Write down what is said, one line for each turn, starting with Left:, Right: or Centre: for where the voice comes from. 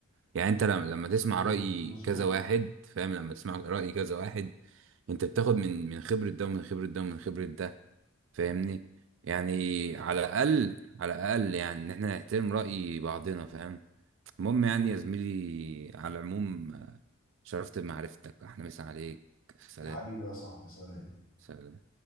Right: يعني انت لما لما تسمع
Left: امم
Right: رأي
Left: مظبوط
Right: كذا واحد فاهم لما تسمع رأي كذا واحد انت بتاخد من من خبرة ده ومن خبرة ده ومن خبرة ده فاهمني يعني على الاقل على الاقل يعني ان احنا نحترم راي بعضنا فاهم المهم
Left: امم
Right: يعني يا زميلي على العموم آه، شرفت بمعرفتك احنا مسا عليك سلام
Left: يا حبيبي يا صاحبي سلام
Right: سلام